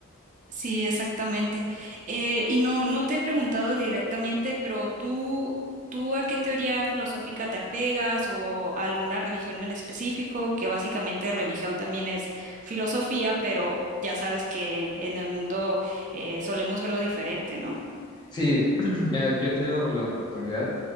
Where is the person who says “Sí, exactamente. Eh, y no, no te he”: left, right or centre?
Right